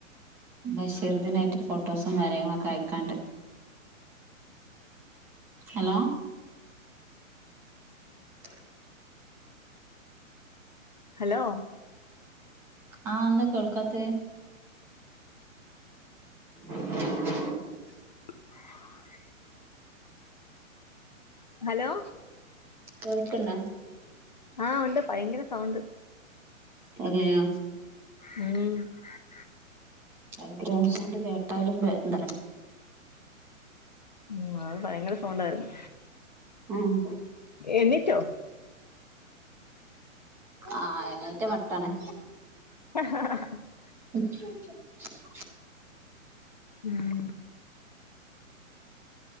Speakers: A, in the centre; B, on the left.
A: ബഷീർദിനായിട്ട് ഫോട്ടോസും കാര്യങ്ങളൊക്കെയക്കാണ്ട്. ഹലോ <inaudible>
B: ഹലോ
A: ആഹ് എന്താ കേൾക്കാത്ത? <inaudible>
B: <inaudible> ഹലോ
A: കേൾക്ക്ണ്ടോ?
B: ആഹ ഉണ്ട് ഭയങ്കര സൗണ്ട്
A: അതെയ
B: മ്
A: ബാഗ്രൗണ്ട് സൗണ്ട് കേട്ടാലും ഇതാണ്
B: ഉ അത് ഭയങ്കര സൗണ്ടായിരുന്നു
A: <unintelligible>
B: എണീറ്റോ?
A: ആ എണീറ്റ മട്ടാണ്
B: <unintelligible>
A: <unintelligible>
B: ഉം